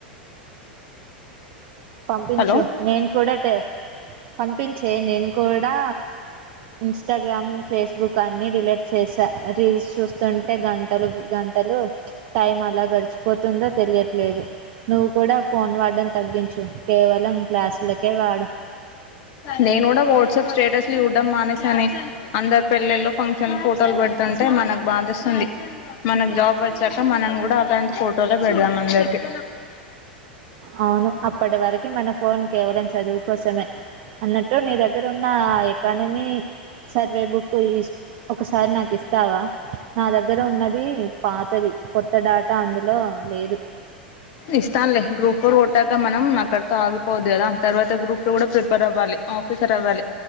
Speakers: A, on the right (about 50°); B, on the left (about 50°).
A: పంపించు
B: హలో
A: నేను కూడాటే పంపించే నేను కూడా ఇన్స్ ఇన్స్టాగ్రామ్ ఫేస్బుక్ అన్ని డిలీట్ చేసా రీల్స్ చూస్తుంటే గంటలు గంటలు టైం అలా గడిచిపోతుందో తెలియట్లేదు నువ్వు కూడా ఫోన్ వాడడం తగ్గించు కేవలం క్లాసులకే వాడు
B: నేను కూడా వాట్సాప్ స్టేటస్లు ఇవడం మానేసా అని అందరు పెళ్లల్లో ఫంక్షన్ ఫోటోలు పెడుతుంటే మనకు బాధిస్తుంది మనకు జాబ్ వచ్చాక మనం కూడా అలాంటి ఫోటోలే పెడదాం అందరికి
A: అవును అప్పటి వరకు మన ఫోన్ కేవలం చదువుకోసమే అన్నట్టు నీ దగ్గర ఉన్న ఆ ఎకానమీ సర్వే బుక్ ఒకసారి నాకు ఇస్తావా నా దగ్గర ఉన్నది పాతది కొత్తడేటా అందులో లేదు
B: ఇస్తానులే గ్రూప్ ఫోర్ కొట్టాక మనం అక్కడతో ఆగిపోవద్దు కదా తర్వాత గ్రూప్ టూ కూడా ప్రిపేర్ అవ్వాలి ఆఫీసర్ అవ్వాలి